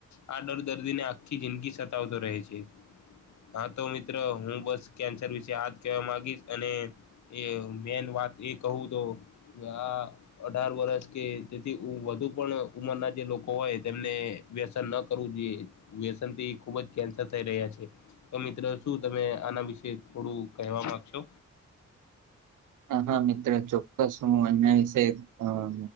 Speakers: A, on the left; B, on the right.
A: આ ડર દર્દીને આખી જિંદગી સતાવતો રહે છે. હા તો મિત્ર હું બસ કેન્સર વિશે આજ કેવા માંગીશ અને એ મેન વાત એ કહું તો આ અઢાર વરસ કે તેથી ઉ વધુ પણ ઉંમરના જે લોકો હોય તેમને વ્યસન ન કરવું જોઈએ વ્યસન થી ખુબ જ કેન્સર થઈ રહ્યા છે. તો મિત્રો શું તમે આના વિશે થોડું કહેવા માંગશો.
B: હા હા મિત્ર ચોક્કસ હું એના વિશે આ